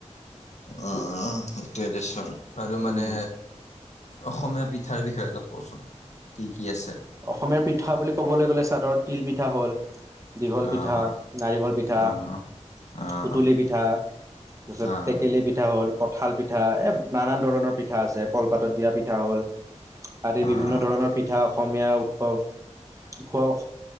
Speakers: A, on the left; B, on the right.
A: অ সেইটোৱে দেচোন আৰু মানে।
B: উম,
A: অসমীয়া পিঠাৰ বিষয়ে অলপ কচোন কি কি? আছে?
B: অসমীয়াৰ পিঠা বুলি ক'বলৈ গ'লে, চাদৰত তিল পিঠা হ'ল। দীঘল
A: অ',
B: পিঠা, নাৰিকল পিঠা,
A: অ', অ',
B: সুতুলি পিঠা। তাৰপিছত
A: অ',
B: টেকেলি পিঠা হ'ল, কঠাল পিঠা এ নানান ধৰণৰ পিঠা আছে কলপাতত দিয়া পিঠা। পিঠা হ'ল, আদি
A: অ',
B: বিভিন্ন ধৰণৰ পিঠা অসমীয়া উৎসৱ। খোৱা